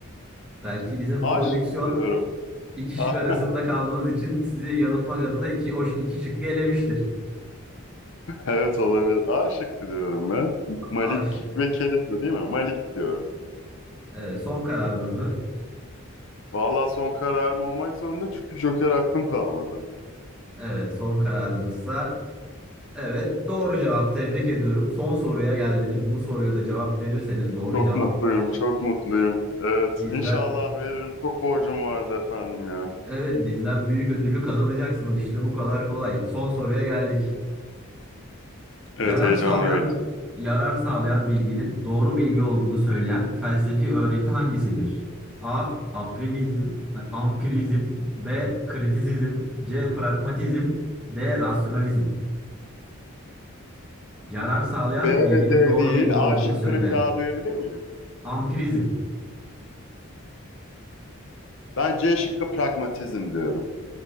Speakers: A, in the centre; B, on the left.
A: Belki bizim
B: A
A: prodüksiyon
B: şıkkı diyorum.
A: İki
B: A-
A: şık arasında
B: <laughs>
A: kaldığınız için sizi yanıltmak adına iki, o, ş- iki şıkkı elemiştir.
B: Evet olabilir. A şıkkı diyorum ben. Malik
A: A şıkkı.
B: ve Keriz de değil mi? Malik diyorum.
A: Evet, son kararınız mı?
B: Vallahi son kararım olmak zorunda çünkü Joker hakkım kalmadı.
A: Evet, son kararınızsa evet doğru cevap. Tebrik ediyorum. Son soruya geldiniz. Bu soruya da cevap verirseniz doğru
B: Çok
A: cevap
B: mutluyum, çok mutluyum. Evet,
A: bizden
B: inşallah veririm. Çok borcum vardı efendim ya.
A: evet bizden büyük ödülü kazanacaksınız. İşte bu kadar kolay. Son soruya geldik.
B: Evet,
A: Yarar
B: heyecanla
A: sağlayan
B: bekliyorum.
A: yarar sağlayan bilginin doğru bilgi olduğunu söyleyen felsefi öğreti hangisidir? A. Aprimizm, ampirizm, B. Kritisizm, C. Pragmatizm, D. Rasyonalizm. Yarar sağlayan
B: B ve
A: bilginin
B: D
A: doğru
B: değil,
A: bilgi
B: A
A: olduğunu
B: şıkkını
A: söyleyen.
B: bir daha duyabilir miyim?
A: Ampirizm.
B: Ben C şıkkı pragmatizm diyorum.